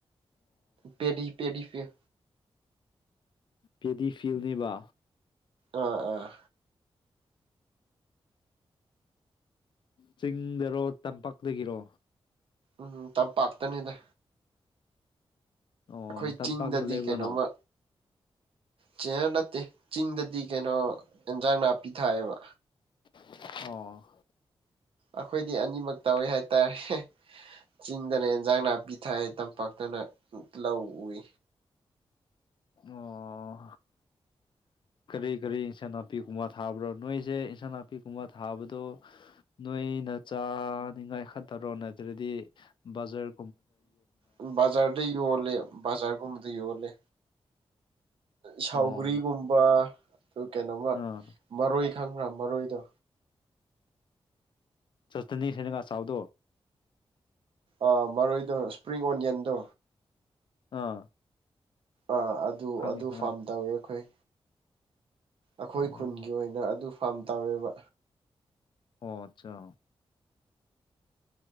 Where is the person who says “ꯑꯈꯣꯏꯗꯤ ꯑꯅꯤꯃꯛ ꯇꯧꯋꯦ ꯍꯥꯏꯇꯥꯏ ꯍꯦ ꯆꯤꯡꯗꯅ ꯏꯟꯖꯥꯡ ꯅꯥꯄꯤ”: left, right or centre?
Right